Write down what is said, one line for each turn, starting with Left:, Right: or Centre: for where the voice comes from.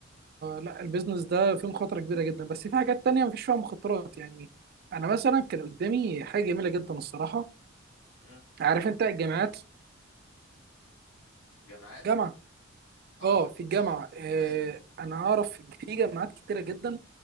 Right: لا البيزنس ده فيه مخاطرة كبيرة جدا بس في حاجات تانية مفيش فيها مخاطرات يعني أنا مثلا كان قدامي حاجة جميلة جدا الصراحة
Left: مم.
Right: عارف أنت الجامعات
Left: جامعات
Right: جامعة
Left: اه
Right: أه في الجامعة
Left: اه
Right: آه،
Left: ايوه
Right: أنا أعرف في جامعات كتيرة جدا